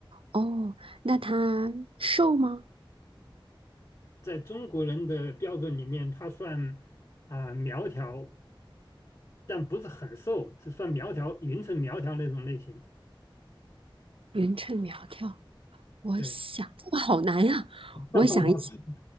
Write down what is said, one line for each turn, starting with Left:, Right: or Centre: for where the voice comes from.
Right: 哦，那她瘦吗？
Left: 在中国人的标准里面，他算啊苗条，但不是很瘦，只算苗条，匀称苗条那种类型。
Right: 匀称苗条，我想这个好难呀、
Left: 对，<laughs>
Right: 我想一想，